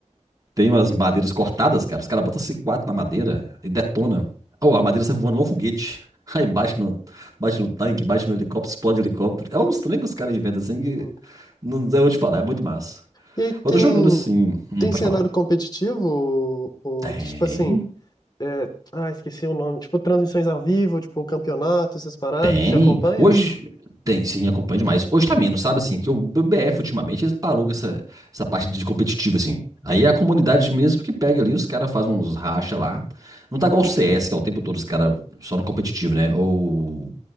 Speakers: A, on the right; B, on the left.
A: Tem umas madeiras cortadas, cara. Os caras botam C4 na madeira e detona. Oh, a madeira sai voando igual foguete. <laughs> Aí
B: uhum,
A: bate no, bate no tanque, bate no helicóptero, explode o helicóptero. É uns trem que os caras inventam assim que.
B: uhum.
A: Não, eu vou te falar, é muito massa.
B: E aí tem,
A: Eu tô jogando assim. hum,
B: tem
A: pode
B: cenário
A: falar.
B: competitivo? Ou,
A: Tem.
B: tipo assim, é, ah, esqueci o nome. Tipo, transmissões ao vivo, tipo, campeonato, essas paradas.
A: Tem.
B: Você acompanha?
A: Hoje tem, sim, acompanha demais. Hoje tá menos, sabe assim, que o BF ultimamente ele parou com essa, essa parte de competitiva assim. Aí é a comunidade mesmo que pega ali, os caras fazem uns racha lá. Não tá igual o CS, que é o tempo todo os caras só no competitivo, né? Ou